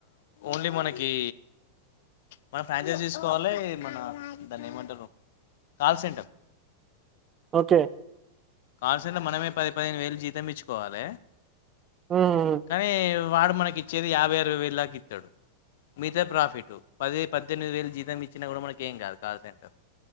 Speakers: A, on the left; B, on the right.
A: ఓన్లీ మనకి మనం ఫ్రాంచైజీ తీసుకోవాలి మన దాన్ని ఏమంటారు కాల్ సెంటర్
B: ఓకే
A: కాల్సంట మనమే పది పదిహేను వేలు జీతం ఇచ్చుకోవాలి
B: హ్మ్ హ్మ్.
A: కావి వాడు మనకి ఇచ్చేది యాభై అరవై వేలు లాకి ఇస్తాడు మిగతా ప్రాఫిట్ పది పద్దెనిమిది వేలు జీతం ఇచ్చినా కూడా మనకి ఏం కాదు కాల్ సెంటర్